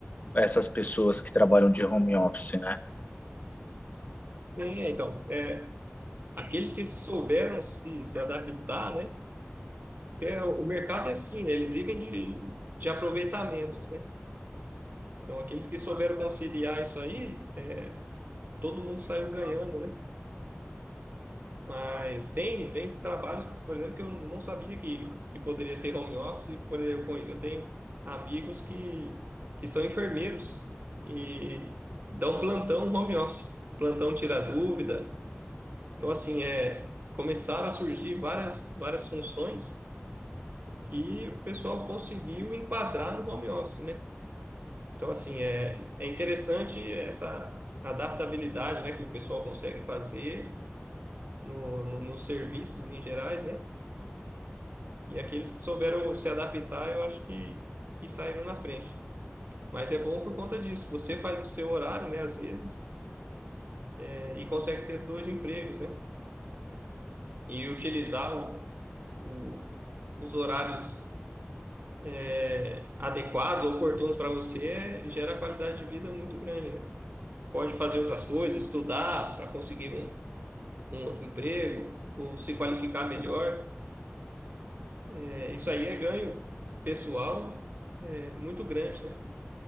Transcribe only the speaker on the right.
Sim, é, então, é, aqueles que souberam se, se adaptar, né? É, o mercado é assim, né? Eles vivem de, de aproveitamentos, né? Então, aqueles que souberam conciliar isso aí, né, todo mundo saiu ganhando, né? Mas tem, tem trabalhos, por exemplo, que eu não sabia que, que poderia ser home office. Por exemplo, eu tenho amigos que, que são enfermeiros e dão plantão home office, plantão tira dúvida. Então, assim, é, começaram a surgir várias, várias funções que o pessoal conseguiu enquadrar no home office, né? Então, assim, é, é interessante essa adaptabilidade, né, que o pessoal consegue fazer no, no- nos serviços em gerais, né? E aqueles que souberam se adaptar, eu acho que, que saíram na frente. Mas é bom por conta disso. Você faz o seu horário, né, às vezes, é, e consegue ter dois empregos, né? E utilizar o, o- os horários é, adequados ou oportunos para você é, gera qualidade de vida muito grande, né? Pode fazer outras coisas, estudar para conseguir um um outro emprego, ou se qualificar melhor. É, isso aí é ganho pessoal é, muito grande, né?